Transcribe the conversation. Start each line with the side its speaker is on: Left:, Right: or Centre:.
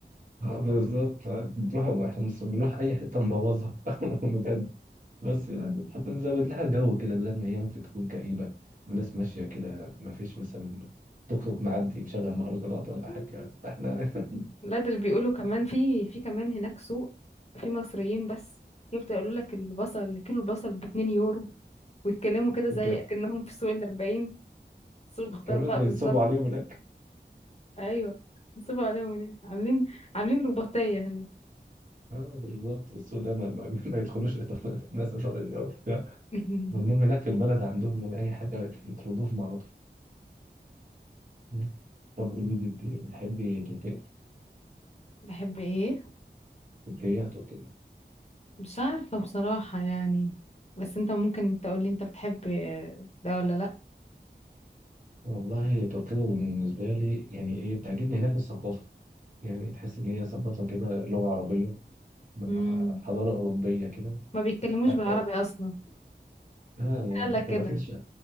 Right: آه، بالظبط آه، بنروح احنا مس- بنروح أي حتة نبوظها <laughs> بجد بس يعني بنحب نزود لها جو كده بدل ما هي ممكن تكون كئيبة الناس ماشية كده ما فيش مثلا توك توك معدي مشغل مهرجانات ولا
Left: مم.
Right: حاجة فاحنا <laughs>
Left: لا ده اللي بيقولوا كمان في في كمان هناك سوق في مصريين بس يفضل يقولوا لك البصل كيلو البصل باتنين يورو ويتكلموا كده
Right: إحنا
Left: زي اكنهم في سوق الأربعين سوق الخضار
Right: كمان
Left: بقى
Right: بينصبوا
Left: بالظبط
Right: عليهم هناك
Left: ايوه نصبوا عليهم هناك عاملين عاملين رباطية هناك
Right: اه بالظبط السوق ده ما, ما, ما يدخلوش <laughs> الناس الأول
Left: <laughs>
Right: ممنوع هناك في البلد عندهم يعني أي حاجة يطردوهم على طول مم. طب قولي لي أنت بتحبي تركيا
Left: بحب ايه
Right: تركيا تركيا
Left: مش عارفة بصراحة يعني بس انت ممكن تقول لي انت بتحب ده ولا لا
Right: والله تركيا بالنسبة لي يعني إيه بتعجبني هناك الثقافة يعني تحس إن هي ثقافة كده لغة عربية مع
Left: مم.
Right: حضارة أوروبية كده
Left: ما بيتكلموش
Right: لا
Left: بالعربي اصلا
Right: آه يعني
Left: مين قال لك
Right: بتبقى
Left: كده
Right: فيه ش...